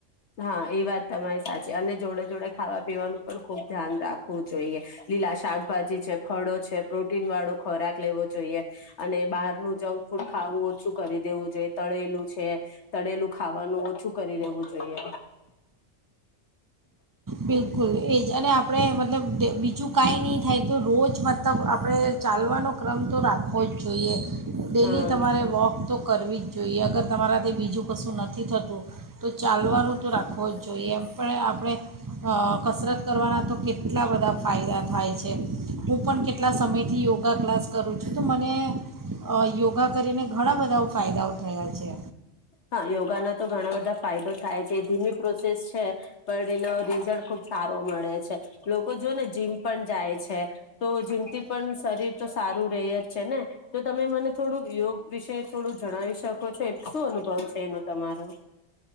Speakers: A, on the left; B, on the right.
A: હા એ વાત તમારી સાચી અને જોડે જોડે ખાવા પીવાનું પણ ખુબ ધ્યાન રાખવું જોઈએ લીલા શાકભાજી છે ફડો છે પ્રોટીન વાળો ખોરાક લેવો જોઈએ અને બહાર નું જંક ફૂડ ખાવું ઓછુ કરી દેવું જોઈએ તળેલું છે તળેલું ખાવાનું ઓછું કરી દેવું જોઈ.
B: બિલકુલ એ જ અને આપણે મતલબ બીજું કાંઈ નહીં થાય તો રોજ મતલબ આપણે ચાલવાનો ક્રમ તો રાખો જ. જોઈએ. ડેલી
A: હા
B: તમારે વોક તો કરવી જ જોઈએ અગર તમારા તે બીજું કશું નથી થતું તો ચાલવાનું તો રાખવો જ. જોઈએ એમ પણ આપણે. અ કસરત કરવાના તો કેટલા બધા ફાયદા થાય છે હું પણ કેટલા કેટલા સમયથી યોગા ક્લાસ કરું છું તો મને અ યોગા કરીને ઘણા બધા ફાયદાઓ થયા છે.
A: હા યોગાના તો ઘણા બધા ફાયદો થાય છે એ ધીમી પ્રોસેસ છે પણ એનો રિઝલ્ટ ખુબ સારો મળે છે લોકો જો ને જીમ પણ જાય છે તો જીમથી પણ શરીર તો સારું રહે જ છે ને તો તમે મને થોડુંક યોગ વિશે થોડુંક જણાવી શકો છો એક શુંન ભવ છે ન તમારો.